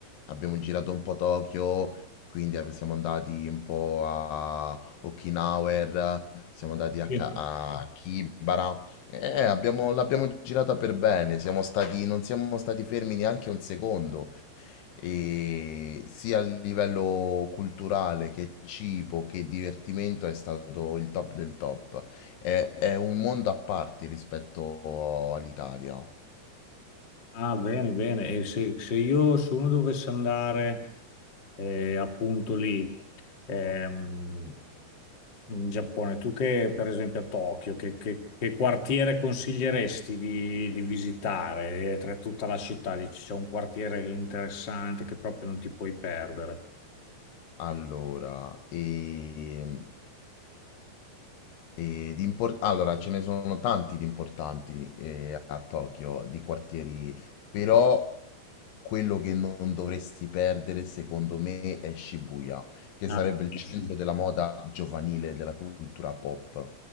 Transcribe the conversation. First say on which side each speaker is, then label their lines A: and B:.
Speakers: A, on the left; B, on the left.
A: Abbiamo girato un po' Tokyo quindi ab siamo andati un po' a Okinawer, siamo andati a
B: sì.
A: Ka a Kibara e abbiamo l'abbiamo girata per bene, siamo stati non siamo stati fermi neanche un secondo, e sia a livello culturale che cibo che divertimento è stato il top del top. È, è un mondo a parte rispetto all'Italia.
B: Ah, bene, bene. E se, se io, se uno dovesse andare eh, appunto lì, ehm, in Giappone. Tu che, per esempio, a Tokyo, che, che- che quartiere consiglieresti di, di visitare eh, tra tutta la città? Dici, c'è un quartiere interessante che proprio non ti puoi perdere.
A: Allora, e... E di impor- allora, ce ne sono tanti di importanti eh, a Tokyo, di quartieri, però quello che non dovresti perdere, secondo me, è Shibuya, che
B: Ah,
A: sarebbe il centro
B: sì.
A: della moda giovanile, e della cultura pop,